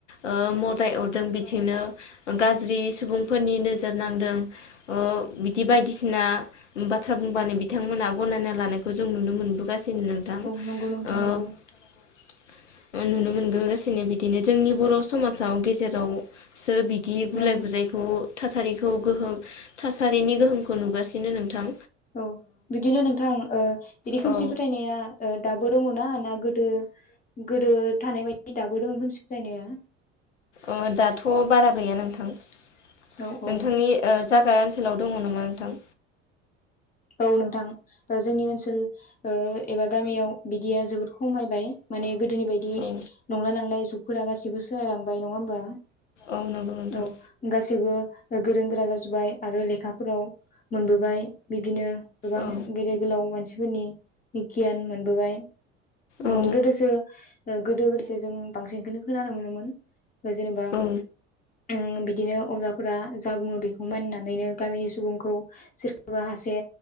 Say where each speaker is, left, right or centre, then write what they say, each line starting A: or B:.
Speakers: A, on the left; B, on the left.
A: ओ मदाइ अरदों बिदिनो ओ गाज्रि सुबुंफोरनि नोजोर नांदों। ओ बिदि बायदिस सिना बाथ्रा बुंबानो बिथांमोना गनायना लानायखौ जों नुनो मोनबो गासिनो नोंथां।
B: नंगौ नोंथां
A: ओ
B: नंगौ
A: ओ नुनो मोनगो गासिनो बिदिनो जोंनि बर' समाजाव गेजेरावसो बि दि गुलाय
B: औ
A: गुजायखौ थासारिखौ गोहोम थासारिनि गोहोम खौ नुगासिनो नोंथां।
B: औ बिदिनो नोंथां ओ बिदि खोमसि
A: औ
B: फोथायनाया ओ दाबो दङ' ना ना गोदो गोदो थानाय बायदि दाबो दं खोमसि फोथायनाया?
A: ओ दाथ' बारा गैया नोंथां। नोंथांनि
B: औ औ
A: ओ जागा ओन सोलाव दङ' नामा नोंथां?
B: औ नोंथां ओ जोंनि ओनसोल ओ एबा गामियाव बिदिया जोबोद खमायबाय। माने गोदोनि बायदि
A: औ
B: नंला नांलाय जुगफोरा गासिबो सोलायलांबाय। नङा होमबा?
A: औ नंगौ नोंथां
B: औ गासैबो ओ गोरों गोरा जाजुबबाय। आरो लेखाफोराव मोनबोबाय बिदिनो गोबां
A: औ
B: गेदेर गोलाव मानसिफोरनि गियान मोनबोबाय। उम
A: औ
B: गोदोसो ओ गोदोसो <unintelligible> जों बांसिनखोनो खोनानो मोनोमोन। जेनेबा
A: औ
B: उम बि दिनो अजाफोरा जा बुङो बेखौ मानिनानैनो गामिनि सुबुंखौ सोरखोबा हासे